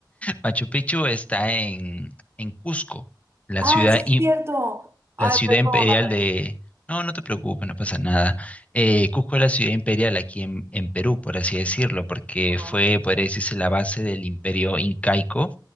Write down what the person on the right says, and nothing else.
Ah,
sí es cierto. Ay,
perdóname.
Ajá.